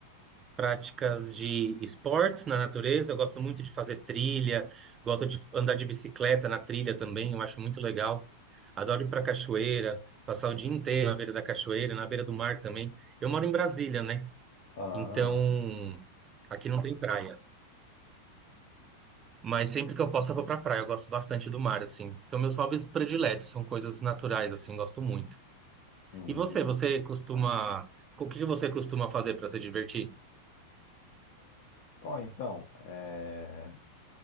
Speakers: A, on the right (about 25°); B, on the left (about 50°).
A: práticas de esportes na natureza. Eu gosto muito de fazer trilha, gosto de andar de bicicleta na trilha também, eu acho muito legal. Adoro ir para cachoeira, passar o dia inteiro na beira da cachoeira, na beira do mar também. Eu moro em Brasília, né?
B: Ah,
A: Então, aqui não tem praia. Mas sempre que eu posso, eu vou pra praia. Eu gosto bastante do mar, assim. São meus hobbies prediletos, são coisas naturais, assim, gosto muito.
B: hum.
A: E você, você costuma. O que você costuma fazer pra se divertir?
B: Ó, então, é...